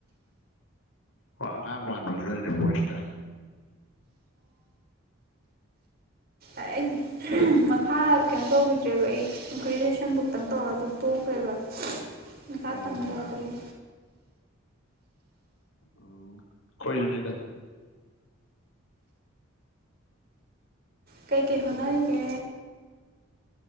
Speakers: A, on the left (about 75°); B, on the right (about 45°).
A: ꯋꯥ ꯑꯉꯥꯡ ꯃꯥꯟꯕꯗꯨꯅꯅꯦ ꯚꯣꯏꯁꯇ
B: ꯑꯩꯗꯤ ꯃꯈꯥ ꯀꯩꯅꯣ ꯇꯧꯒꯤꯗ꯭ꯔꯦꯕ ꯑꯩ ꯒ꯭ꯔꯦꯖ꯭ꯋꯦꯁꯟ ꯕꯧꯇꯪ ꯇꯧꯔ ꯑꯗꯨꯝ ꯇꯣꯛꯈ꯭ꯔꯦꯕ ꯃꯈꯥ
A: ꯎꯝ
B: ꯇꯝꯗꯗ꯭ꯔꯦꯕ
A: ꯑꯣ ꯑꯩꯈꯣꯏꯖꯨꯅꯤꯗ
B: ꯀꯩ ꯀꯩ ꯍꯣꯠꯅꯔꯤꯒꯦ
A: ꯑ